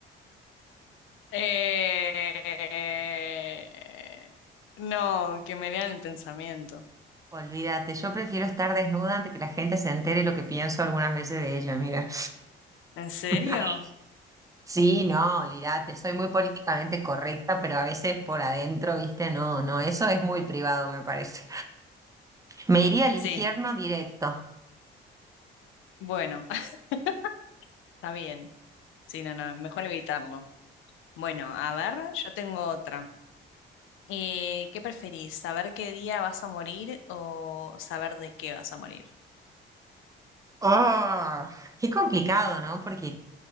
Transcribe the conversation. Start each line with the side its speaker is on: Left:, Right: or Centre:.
Left: Eh, No, que me lean el pensamiento.
Right: Olvídate, yo prefiero estar desnuda antes que la gente se entere lo que pienso algunas veces de ella, mira.
Left: ¿En serio?
Right: <laughs> Sí, no, olvídate, soy muy políticamente correcta, pero a veces por adentro, viste, no, no, eso es muy privado, me parece. Me iría al
Left: Sí,
Right: infierno directo.
Left: bueno, <laughs> está bien. Sí, no, no, mejor evitarlo. Bueno, a ver, yo tengo otra. Eh, ¿qué preferís? ¿Saber qué día vas a morir o saber de qué vas a morir?
Right: Ah, qué complicado, ¿no? Porque